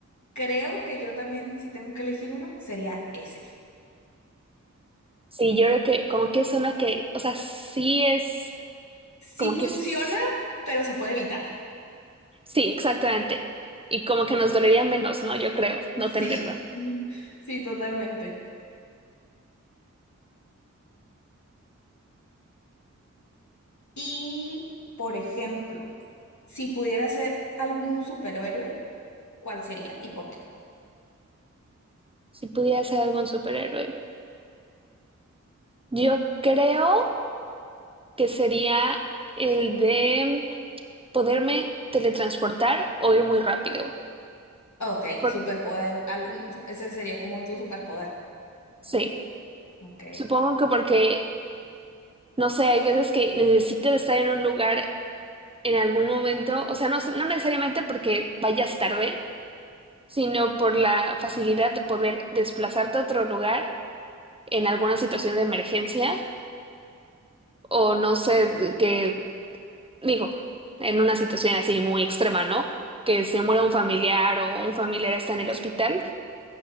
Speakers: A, on the left; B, on the right.
A: Creo que yo también, si tengo que elegir uno, sería ese.
B: Sí, yo creo que como que es una que, o sea, sí es,
A: Sí
B: como
A: funciona,
B: que es,
A: pero se puede evitar.
B: sí, exactamente. Y como que nos dolería menos, ¿no? Yo creo, no
A: Sí,
B: tenerlo.
A: <laughs> sí, totalmente. Y, por ejemplo, si pudiera ser algún superhéroe, ¿cuál sería y por qué?
B: Si pudiera ser algún superhéroe. Yo creo que sería el de poderme teletransportar o ir muy rápido.
A: Ok,
B: Por-
A: superpoder, algún su- ese sería como tu superpoder.
B: sí,
A: Ok,
B: supongo que porque, no sé, hay veces que necesito estar en un lugar en algún momento, o sea, no, no necesariamente porque vayas tarde, sino por la facilidad de poder desplazarte a otro lugar en alguna situación de emergencia o no sé, de- que digo, en una situación así muy extrema, ¿no? Que se muera un familiar o un familiar está en el
A: sí.
B: hospital